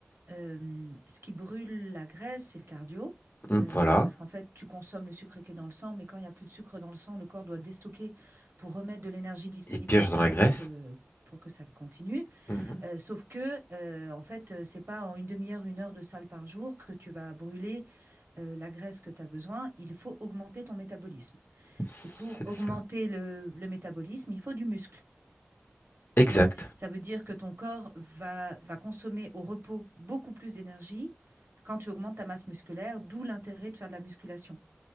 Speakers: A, on the right (about 65°); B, on the left (about 55°).
A: Euh, ce qui brûle la graisse, c'est le cardio.
B: Mm,
A: Euh,
B: Voilà.
A: parce qu'en fait, tu consommes le sucre qui est dans le sang, mais quand il n'y a plus de sucre dans le sang, le corps doit déstocker pour remettre de l'énergie disponible
B: Et piège
A: dans le
B: dans
A: sang
B: la graisse.
A: pour que, pour que ça continue.
B: Hmm.
A: Euh, sauf que, euh, en fait, euh, c'est pas en une demi-heure, une heure de salle par jour que tu vas brûler euh, la graisse que tu as besoin. Il faut augmenter ton métabolisme.
B: C'est
A: Et pour augmenter
B: ça.
A: le le métabolisme, il faut du muscle.
B: Exact.
A: Ça veut dire que ton corps va, va consommer au repos beaucoup plus d'énergie quand tu augmentes ta masse musculaire, d'où l'intérêt de faire de la musculation.